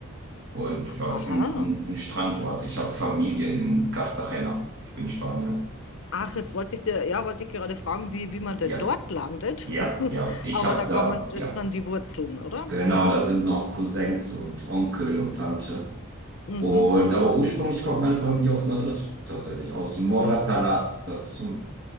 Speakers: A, on the right; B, on the left.
A: Und ja,
B: aha.
A: ist ein, ein, ein Strandort. Ich habe Familie in Cartagena. Ich bin Spanier.
B: Ach, jetzt wollte ich dir, ja, wollte ich gerade fragen, wie, wie man denn
A: Ja,
B: dort landet.
A: ja,
B: <laughs>
A: ja. Ich
B: Aber
A: habe
B: da
A: da,
B: kommen, das
A: ja,
B: sind die Wurzeln, oder?
A: genau,
B: Mhm,
A: da sind noch Cousins und Onkel und Tante.
B: mhm.
A: Und aber ursprünglich kommt meine Familie aus Madrid, tatsächlich, aus Moratalaz. Das ist so